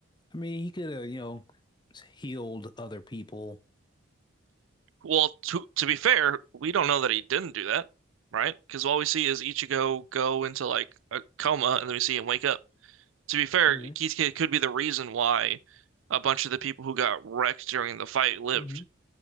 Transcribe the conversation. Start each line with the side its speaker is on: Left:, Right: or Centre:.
Left: I mean he could have you know healed other people.
Right: Well, to to be fair, we don't know that he didn't do that, right? Because all we see is Ichigo go into like a coma, and then we see him wake up. To be fair,
Left: hmm
Right: Kisuke could be the reason why a bunch of the people who got wrecked during the fight lived,
Left: hmm